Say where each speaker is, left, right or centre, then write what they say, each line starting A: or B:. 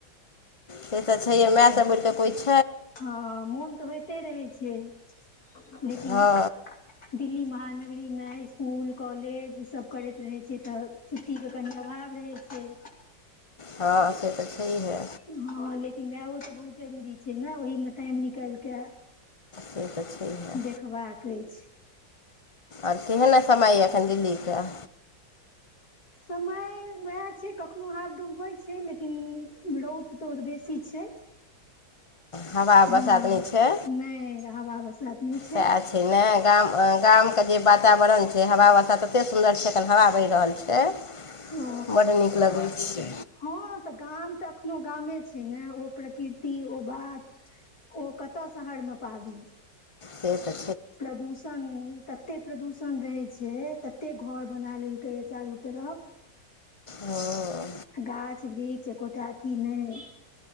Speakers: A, on the left; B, on the left.
A: से तऽ छैहे माय सब उर कऽ कोइ <unintelligible>
B: हँ मोन तऽ होइते रहै छै लेकिन
A: हँ
B: दिल्ली महानगर लीमे इसकुल कॉलेज ईसभ करैत रहै छिये तऽ छुट्टीके कनि अभाव रहै छै
A: हँ से तऽ छैहे
B: हँ लेकिन मेयो तऽ बहुत जरूरी छै ने ओहिमे टाइम निकालिकऽ
A: से तऽ छैहे
B: देखबाक अछि
A: आओर केहल समय ये एखन दिल्ली के <unintelligible>
B: समय उएह छै कखनो हाफ डूब होइत छै लेकिन रौद तौद बेसी छै
A: हवा बसात
B: हँ
A: नहि छै
B: नहि रहवा बसात नहि छै
A: सएह ने गाम गामके जे वातावरण छै हवा वसात ततेक सुन्दर छै एखन हवा बहि रहल छै
B: ओ
A: बड नीक लगै छै
B: हँ तऽ गाम तऽ कोनो गामे छै ने ओ प्रकृति ओ बात ओ कतय शहर मे पाबी
A: से त
B: प्रदूषण तते प्रदूषण न रहै छै तते घर बना लेलकै ये चारू तरफ
A: हूँ
B: गाछ वृक्ष एकोटा अथी नहि